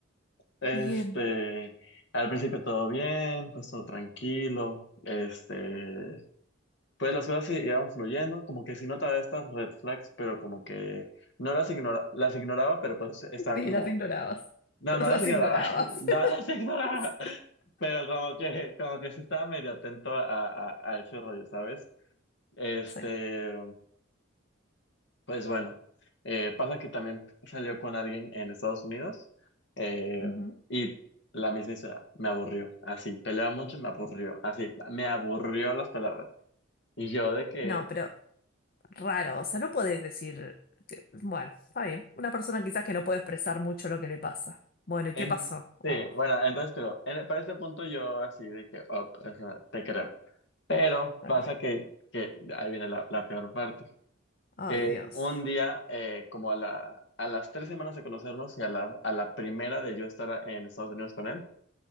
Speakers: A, on the left; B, on the left.
A: Este,
B: ¡Qué Bien.
A: al principio todo bien, pues todo tranquilo. Este, pues las cosas se iban fluyendo, como que sí notaba estas red flags, pero como que no las ignora, las ignoraba, pero pues estaba
B: Sí,
A: como
B: las ignorabas.
A: no,
B: <laughs>
A: no
B: Las
A: las ignoraba,
B: ignorabas.
A: <laughs> no
B: <laughs>
A: las ignoraba,
B: Sí.
A: pero como que, como que sí estaba medio atento a, a, a ese rollo, ¿sabes? Este,
B: Sí.
A: pues bueno, eh, pasa que también salió con alguien en Estados Unidos eh,
B: Ujú.
A: y la misma historia, me aburrió, así, peleaba mucho, me aburrió, así, me aburrió las palabras. Y yo de que,
B: No, pero raro, o sea, no podés decir, que- bueno, está bien, una persona quizás que no puede expresar mucho lo que le pasa. Bueno, ¿y
A: En,
B: qué pasó?
A: sí,
B: Oh,
A: bueno, entonces, pero en- para este punto yo así de que, ok, o sea, te creo. Pero
B: está
A: pasa
B: bien.
A: que, que ahí viene la, la peor parte,
B: Ay,
A: que
B: Dios.
A: un día, eh, como a la, a las tres semanas de conocernos y a la, a la primera de yo estar en Estados Unidos con él,